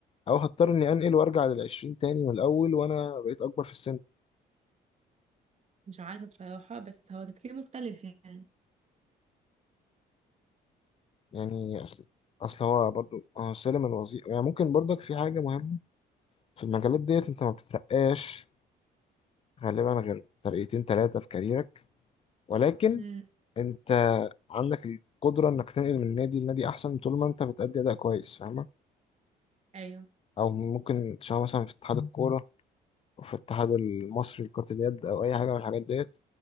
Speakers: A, on the left; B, on the right.
A: او هضطر اني انقل وارجع للعشرين تاني من الاول وانا بقيت اكبر في السن
B: مش عارفة بصراحة بس هو تفكير مختلف يعني
A: يعني اصل اصل هو برضو هو السلم الوظيفي يعني ممكن برضك في حاجة مهمة في المجالات ديت انت ما بتترقاش غالبا غير ترقيتين تلاتة في كاريرك ولكن
B: امم
A: انت عندك القدرة انك تنقل من نادي لنادي احسن طول ما انت بتأدي اداء كويس فاهم
B: ايوه
A: او ممكن تشتغل مثلا في اتحاد الكوره وفي الاتحاد المصري لكرة اليد او اي حاجه من الحاجات ديت